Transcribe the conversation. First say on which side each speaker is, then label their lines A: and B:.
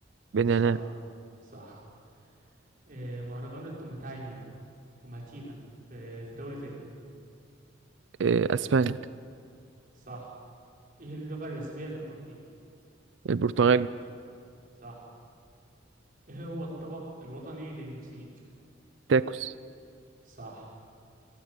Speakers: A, on the right; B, on the right.
A: بنانات
B: صح صح إيه مهرجان التوماتينا توماتينا في في دولة ايه؟
A: آه، أسبانيا
B: صح ايه اللغة الرسمية في البرازيل
A: البرتغال
B: صح ايه هو الطبق الوطني للمكسيك
A: تاكوس
B: صح